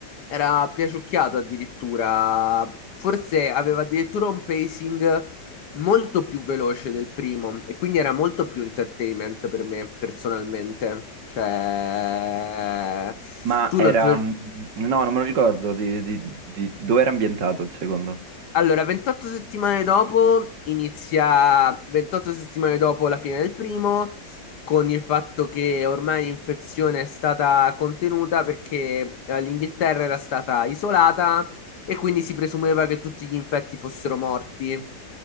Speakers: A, on the left; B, on the right.
A: era piaciucchiato addirittura, forse aveva addirittura un pacing molto più veloce del primo e quindi era molto più entertainment per me personalmente. Cioè,
B: Ma
A: tu
B: era...
A: non te lo...
B: mm, No, non me lo ricordo di, di- di- dove era ambientato il secondo.
A: Allora, 28 settimane dopo inizia, 28 settimane dopo la fine del primo, con il fatto che ormai l'infezione è stata contenuta perché eh, l'Inghilterra era stata isolata e quindi si presumeva che tutti gli infetti fossero morti.